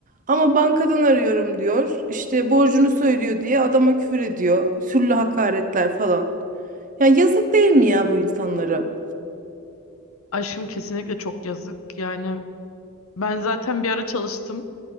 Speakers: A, on the right; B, on the left.
A: Ama bankadan arıyorum diyor. İşte borcunu söylüyor diye adama küfür ediyor. Sürlü hakaretler falan. Ya yazık değil mi ya bu insanlara?
B: Aşkım kesinlikle çok yazık. Yani ben zaten bir ara çalıştım